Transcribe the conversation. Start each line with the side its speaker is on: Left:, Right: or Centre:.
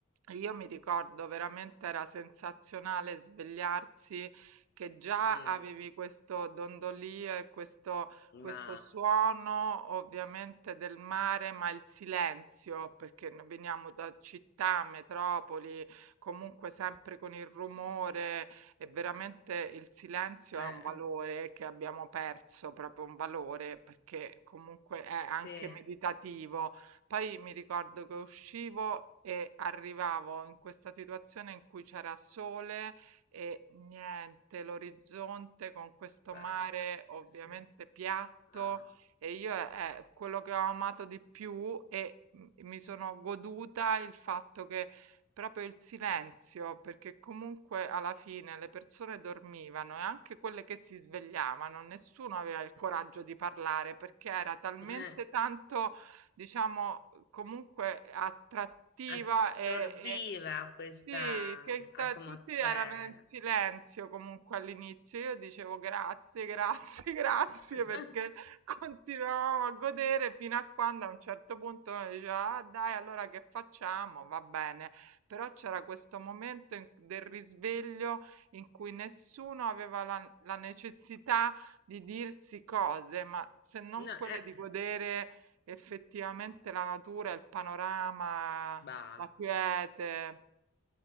Right: Io mi ricordo veramente era sensazionale svegliarsi che già
Left: mm,
Right: avevi questo dondolio e questo,
Left: ma
Right: questo suono ovviamente del mare, ma il silenzio, perché noi veniamo da città, metropoli, comunque sempre con il rumore e veramente il silenzio
Left: eh,
Right: è un valore che abbiamo perso, proprio un valore, perché comunque è
Left: sì,
Right: anche meditativo poi mi ricordo che uscivo e arrivavo in questa situazione in cui c'era sole e niente, l'orizzonte con questo
Left: bah,
Right: mare ovviamente
Left: sì,
Right: piatto
Left: no.
Right: e io è, è quello che ho amato di più e m- mi sono goduta il fatto che proprio il silenzio, perché comunque alla fine le persone dormivano e anche quelle che si svegliavano, nessuno aveva il coraggio di parlare perché era talmente
Left: <laughs>
Right: tanto diciamo, uhm, comunque attrattiva
Left: assorbiva
Right: e, e-
Left: questa
Right: sì, che sta-
Left: atmosfera.
Right: tutti erano in silenzio comunque all'inizio. Io dicevo grazie, grazie, <laughs> grazie
Left: <laughs>
Right: perché continuavamo a godere fino a quando a un certo punto uno diceva, ah, dai, allora che facciamo? Va bene. Però c'era questo momento in- del risveglio in cui nessuno aveva la la necessità di dirsi cose, ma se non
Left: No,
Right: quelle
Left: eh,
Right: di godere Effettivamente la natura, il panorama,
Left: bah.
Right: la quiete,